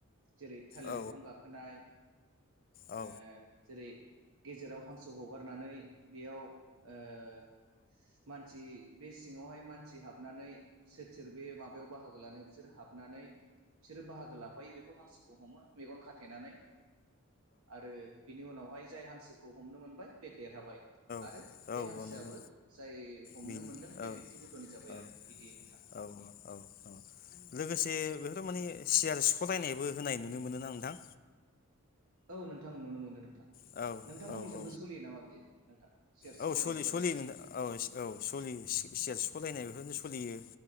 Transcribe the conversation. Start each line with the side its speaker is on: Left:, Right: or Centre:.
Right: जेरै थालिर
Left: औ
Right: बिफां गाखोनाय
Left: औ
Right: ओ जेरै गेजेराव हांसो हगारनानै बेयाव ओ मानसि बे सिङावहाय मानसि हाबनानै सोर सोर बे माबायाव बाहागो लानो बिसोर हाब नानै बिसोरो बाहागो लाफायो। बेखौ हांसो हमो मेगन खाथ थेनानै। आरो बिनि उनावहाय जाय हांसोखौ हमनो मोनबाय बे देरहाबाय आरो
Left: नंगौ
Right: बे हांसोआबो जाय हमनो
Left: बेनो
Right: मोनदों बे
Left: औ
Right: बेक्तिगथनि जाबाय
Left: औ
Right: आरो बिदि नोंथां।
Left: औ औ औ लोगोसे बेफोर माने सियार सिख'लायनायबो होनाय नुनो मोनोना नोंथां।
Right: औ नोंथां नुनो मोनो नोंथां
Left: औ
Right: नोंथांमोननिजोंबो
Left: औ औ
Right: सोलियो नामा बिदि नोंथां सियार सलायनाय
Left: औ सलियो
Right: बादायलायनाया
Left: सलियो नोंथां औ औ सलियो सि-सियार सिख' ख'लायनाय बेफोरनो सोलियो